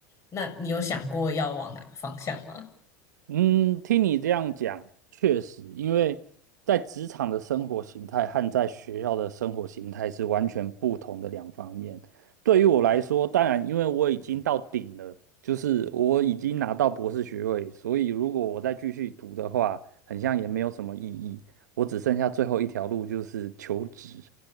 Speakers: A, on the left (about 35°); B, on the right (about 85°).
A: 那你有想过要往哪个方向吗？
B: 嗯，听你这样讲，确实，因为在职场的生活形态和在学校的生活形态是完全不同的两方面。对于我来说，当然，因为我已经到顶了，就是我已经拿到博士学位，所以如果我再继续读的话，很像也没有什么意义。我只剩下最后一条路，就是求职。